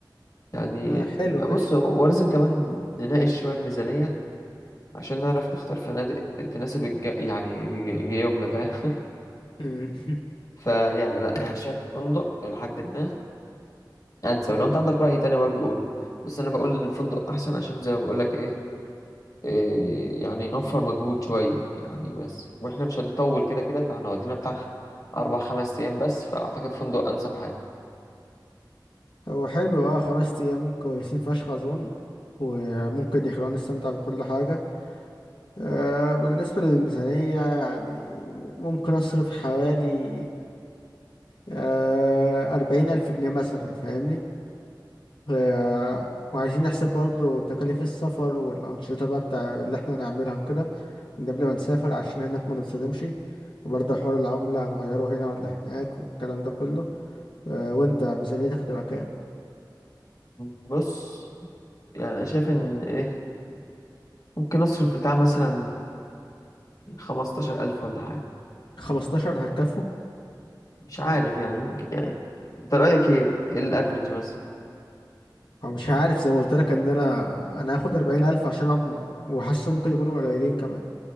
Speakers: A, on the left; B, on the left.
A: يعني
B: آه، حلو
A: بص
B: ماشي
A: هو لازم كمان نناقش شوية الميزانية عشان نعرف نختار فنادق تناسب الج... يعني الج- جيوبنا فاهم
B: مم. <laughs>
A: <laughs> فيا لا انا شايف فندق لحد ما انسب لو انت عندك رأي تاني برضو قول بس انا بقول الفندق احسن عشان زي ما بقول لك ايه إيه يعني نوفر مجهود شوية يعني بس واحنا مش هنطول
B: مم.
A: كده كده فهنقعد لنا بتاع خ- أربع خمس أيام بس فأعتقد فندق أنسب حاجة
B: هو حلو اه خمس ايام كويسين فشخ اظن وممكن يخلونا نستمتع بكل حاجة آه بالنسبة للميزانية يعني ممكن اصرف حوالي آه اربعين الف جنيه مثلا فاهمني آه وعايزين نحسب برضو تكاليف السفر والانشطة بقى بتاع اللي احنا نعملها وكده من قبل ما نسافر عشان هناك ما نتصدمش وبرضه حوار العملة هنغيره هنا ولا هناك والكلام ده كله آه وانت ميزانيتك هتبقى كام؟
A: بص يعني أنا شايف إن إيه ممكن أصرف بتاع مثلا خمستاشر ألف ولا حاجة
B: 15 هتكفوا
A: مش عارف يعني ممكن يعني أنت رأيك إيه إيه الأفريج مثلا
B: هو مش عارف زي ما قلت لك ان انا انا هاخد 40000 عشان اضمن وحاسس ممكن يكونوا قليلين كمان